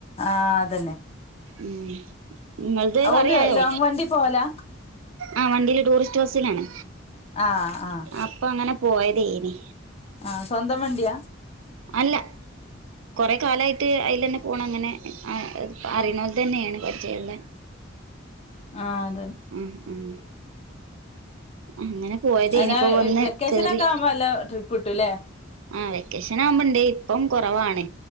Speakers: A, on the left; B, on the right.
A: ആഹ് അതന്നെ
B: ഉം ഇങ്ങൾത്
A: ഓല്
B: കറിയായോ
A: ലോങ് വണ്ടി പോവലാ
B: ആ വണ്ടിയില് ടൂറിസ്റ്റ് ബസിലാണ്
A: ആഹ് ആഹ്
B: അപ്പൊ അങ്ങനെ പോയതേയ്നി
A: ആഹ സ്വന്തം വണ്ടിയാ
B: അല്ല കൊറെ കാലായിട്ട ട്ട് അയിലെന്നെ പോണം അങ്ങനെ അറിയണോൽ തന്നെയാണ് പരിചയള്ള
A: ആഹ് അതന്നെ
B: ആഹ് ആഹ് അങ്ങനെ പോയത്
A: അന്നാ
B: ഇനിയിപ്പോ വന്ന്
A: വെക്കേഷനൊക്കെ
B: കേറി
A: ആവുമ്പോ അല്ല ട്രിപ്പ് കിട്ടൂല്ലേ
B: ആ വെക്കേഷൻ ആവുമ്പണ്ട് ഇപ്പം കുറവാണ്